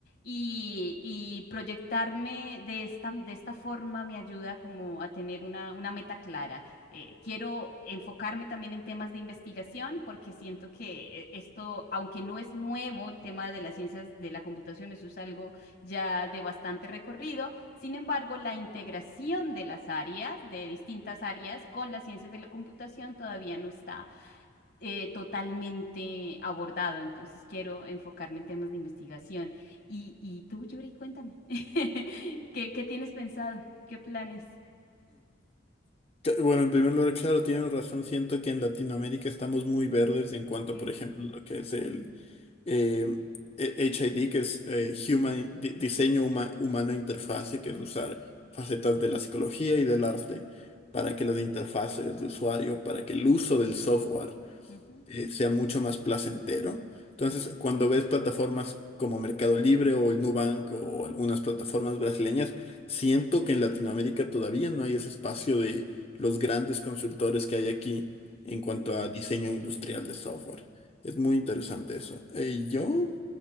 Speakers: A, on the left (about 50°); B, on the left (about 30°).
A: y, y proyectarme de esta, de esta forma me ayuda como a tener una, una meta clara. Eh, quiero enfocarme también en temas de investigación porque siento que eh, esto, aunque no es nuevo, el tema de las ciencias de la computación, eso es algo ya de bastante recorrido. Sin embargo, la integración de las áreas, de distintas áreas con las ciencias de la computación todavía no está eh, totalmente abordado. Entonces quiero enfocarme en temas de investigación. Y, y tú, Yuri, cuéntame, <laughs> ¿qué, qué tienes pensado? ¿Qué planes?
B: Que- Bueno, en primer lugar, claro, tienen razón. Siento que en Latinoamérica estamos muy verdes en cuanto,
A: Mm,
B: por ejemplo, lo que es el eh, eh, HID, que es eh, Human, di- Diseño Huma- Humano Interfase, que es
A: ujú,
B: usar facetas de la psicología y del arte para que las interfaces de usuario, para que el uso del software
A: ujú,
B: eh, sea mucho más placentero. Entonces,
A: sí,
B: cuando ves plataformas como Mercado Libre o el Nubank o algunas plataformas brasileñas, siento que en Latinoamérica todavía no hay ese espacio de los grandes consultores que hay aquí en
A: ujú,
B: cuanto a diseño industrial de software. Es muy interesante eso. Eh, yo,